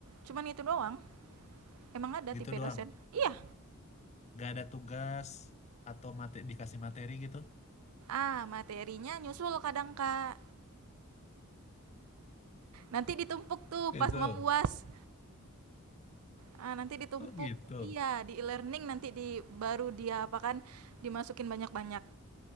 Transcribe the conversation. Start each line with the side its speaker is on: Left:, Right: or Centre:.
Right: cuman itu doang, emang ada
Left: Gitu
Right: tipe
Left: doang.
Right: dosen. Iya.
Left: Gak ada tugas atau mate dikasih materi gitu.
Right: Ah, materinya nyusul kadang, Kak. Nanti ditumpuk tuh
Left: Gitu.
Right: pas mau UAS. Ah, nanti ditumpuk.
Left: Oh gitu.
Right: Iya, di e-learning nanti di baru dia apa kan dimasukin banyak-banyak.